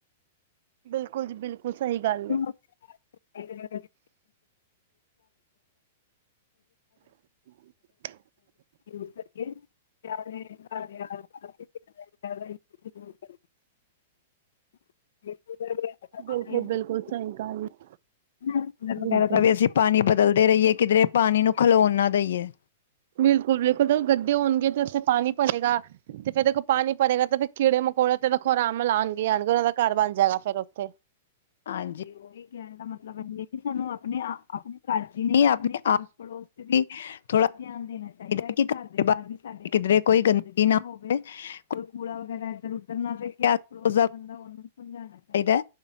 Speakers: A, on the right (about 55°); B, on the left (about 75°).
A: ਬਿਲਕੁਲ ਜੀ ਬਿਲਕੁਲ ਸਹੀ ਗੱਲ ਹੈ।
B: ਤੇ <unintelligible>
A: ਹ <inaudible>
B: ਯੂਜ਼ ਕਰੀਏ <unintelligible> ਹਾਂ ਹਾਂਜੀ <unintelligible> <inaudible> <inaudible> <inaudible>
A: ਬਿਲਕੁਲ ਬਿਲਕੁਲ ਸਹੀ ਗੱਲ ਹੈ,
B: ਲਗ
A: ਬਿਲਕੁਲ।
B: ਵਗੈਰਾ ਪਾਵੇ ਅਸੀਂ ਪਾਣੀ ਬਦਲਦੇ ਰਹੀਏ ਕਿਧਰੇ ਪਾਣੀ ਨੂੰ ਖਲੋਣ ਨਾ ਦੇਈਏ।
A: ਬਿਲਕੁਲ ਬਿਲਕੁਲ ਤਾਂ ਗੱਡੇ ਹੋਣਗੇ ਤੇ ਉੱਥੇ ਪਾਣੀ ਭਰੇਗਾ। ਤੇ ਫੇਰ ਦੇਖੋ ਪਾਣੀ ਭਰੇਗਾ, ਤੇ ਫਿਰ ਕੀੜੇ ਮਕੌੜੇ ਤੇ ਵੇਖੋ ਆਰਾਮ ਨਾਲ ਆਣਗੇ ਈ ਆਣਗੇ ਔਹਨਾਂ ਦਾ ਘਰ ਬਣ ਜਾਏਗਾ ਫ਼ਿਰ ਉਥੇ।
B: ਹਾਂਜੀ ਔਹੀ ਕਹਿਣ ਦਾ ਮਤਲਬ ਇਹ ਹੈ ਕਿ ਸਾਨੂੰ ਆਪਣੇ ਆਪਣੇ ਘਰ ਚ ਹੀ ਨਹੀਂ ਆਸ ਪੜੋਸ ਵੀ <unintelligible> ਥੋੜਾ ਧਿਆਨ ਦੇਣਾ ਚਾਹੀਦਾ ਹੈ। ਕਿ ਘਰ ਦੇ ਬਾਹਰ ਵੀ ਸਾਡੇ ਕਿਧਰੇ ਕੋਈ ਗੰਦਗੀ ਨਾ ਹੋਵੇ ਕੋਈ ਕੂੜਾ ਵਗੈਰਾ ਇੱਧਰ ਉਧਰ ਨਾ ਫੇਕੇ, <unintelligible> ਬੰਦਾ ਉਹਨਾਂ ਨੂੰ ਸਮਝਾਉਣਾ ਚਾਹੀਦਾ